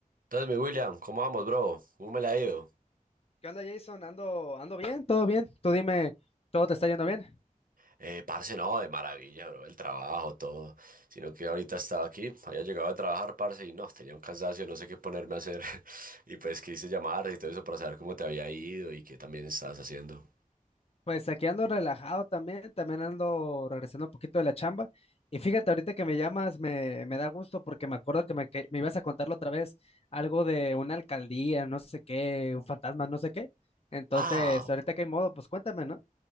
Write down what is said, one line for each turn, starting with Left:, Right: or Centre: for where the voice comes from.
Right: Entonces, mi William, ¿cómo vamos, bro? ¿Cómo me la ha ido?
Left: ¿Qué onda, Jason? Ando, ando bien, todo bien. Tú dime, ¿todo te está yendo bien?
Right: Eh, parce, no, de maravilla, bro, el trabajo, todo. Sino que ahorita estaba aquí, había llegado a trabajar, parce, y no, tenía un cansancio, no sé qué ponerme a hacer. <laughs> Y pues quise llamar y todo eso para saber cómo te había ido y qué también estabas haciendo.
Left: Pues aquí ando relajado también, también ando regresando un poquito de la chamba. Y fíjate, ahorita que me llamas, me, me da gusto porque me acuerdo que me, que me ibas a contarlo otra vez, algo de una alcaldía, no sé qué, un fantasma, no sé qué. Entonces,
Right: Ah,
Left: ahorita que hay modo, pues cuéntame, ¿no?